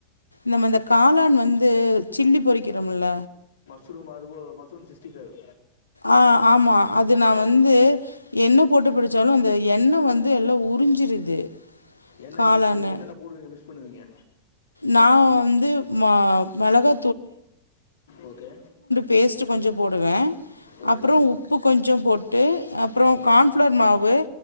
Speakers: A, on the left; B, on the left.
A: நம்ம இந்த காளான் வந்து சில்லி பொறிக்கிறோமுல்ல
B: ஸ்ரூம் அது ஒ மஸ்ரூம் சிக்ஸ்டிஃபைவ்
A: அ ஆமா அது நா
B: ஆமாம்
A: வந்து என்ன போட்டு பிடிச்சாலு அந்த எண்ணெ வந்து எல்லா உறிஞ்சிருது
B: என்ன
A: காளானு
B: இழுக்குது நீங்க என்னென்ன போடுவீங்க மிக்ஸ் பண்ணுவீங்க
A: நா வந்து மா மெளகா
B: ஓகே
A: பேஸ்ட்டு கொஞ்சோ போடுவே
B: ஓகே
A: அப்றோ உப்பு கொஞ்சோ போட்டு அப்புறோ
B: ஓகே
A: கான்ஃப்ளார் மாவு